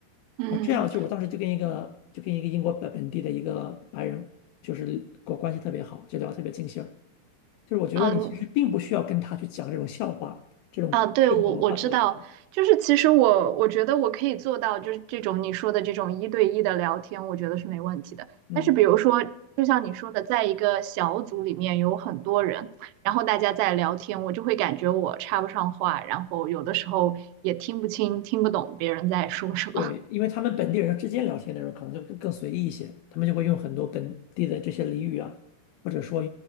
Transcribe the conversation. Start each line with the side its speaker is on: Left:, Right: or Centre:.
Right: 嗯。
Left: 啊，这样就我当时就跟一个就跟一个英国本本地的一个白人，就是跟我关系特别好，就聊得特别尽兴儿就是我觉得你其实并不需要跟他去讲这种笑话，
Right: 嗯
Left: 这种社交文化交流。
Right: 啊，对，我我知道，就是其实我我觉得我可以做到，就是这种你说的这种一对一的聊天，我觉得是没问题的。
Left: 嗯，
Right: 但是比如说，就像你说的，在一个小组里面有很多人，然后大家在聊天，我就会感觉我插不上话，然后有的时候也听不清、听不懂别人在说什么。
Left: 对，因为他们本地人之间聊天的时候可能就更更随意一些，他们就会用很多本地的这些俚语啊，或者说